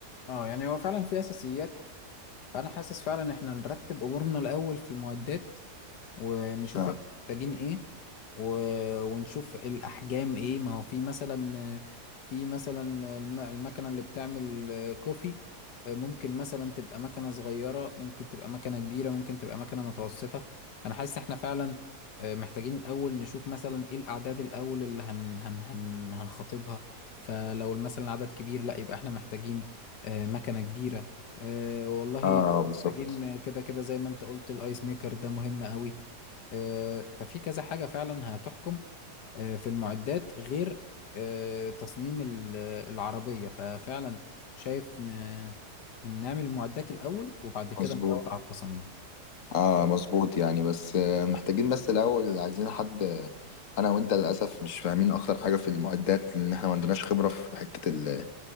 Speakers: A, on the left; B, on the left.
A: اه يعني هو فعلا في اساسيات فانا حاسس فعلا ان احنا نرتب امورنا الاول في المعدات ونشوف
B: اه
A: احنا محتاجين ايه و... ونشوف الاحجام ايه ما هو في مثلا في مثلا الم- المكنه اللي بتعمل كوفي ممكن مثلا تبقى مكنه صغيره ممكن تبقى مكنه كبيره ممكن تبقى مكنه متوسطه فانا حاسس احنا فعلا آه، محتاجين الاول نشوف مثلا ايه الاعداد الاول اللي هن... هن... هن... هنخاطبها فلو مثلا عدد كبير لا يبقى احنا محتاجين آه، مكنه كبيره أه والله
B: اه بالظبط
A: محتاجين كده كده زي ما انت قلت الايس ميكر ده مهم قوي أه ففي كذا حاجة فعلا هتحكم أه في المعدات غير أه تصميم ال- العربية ففعلا شايف ن... نعمل المعدات الأول وبعد كده
B: مظبوط
A: ندور على التصاميم
B: اه مظبوط يعني بس آه، محتاجين بس الاول عايزين حد آه، انا وانت للاسف مش فاهمين اكتر حاجه في المعدات لان احنا ما عندناش خبره في حته ال-